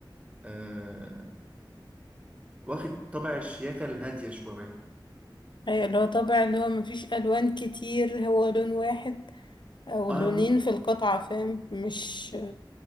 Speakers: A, on the right (about 15°); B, on the left (about 65°).
A: آه واخد طبع الشياكة الهادية شوية
B: ايوه اللي هو طبع اللي هو مفيش ألوان كتير هو لون واحد أو
A: أنا
B: لونين في القطعة فاهم مش